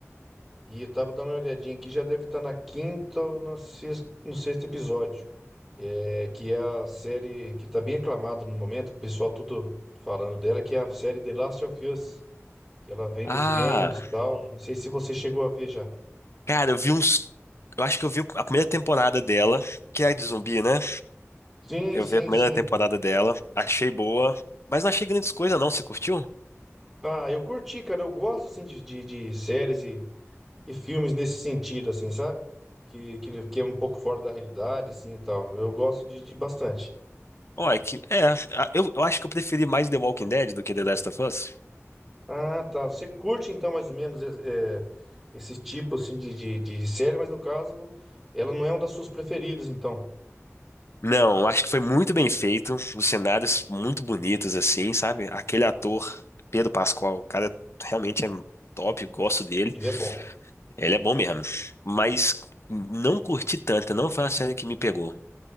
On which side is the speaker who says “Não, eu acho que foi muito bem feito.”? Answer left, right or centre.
Left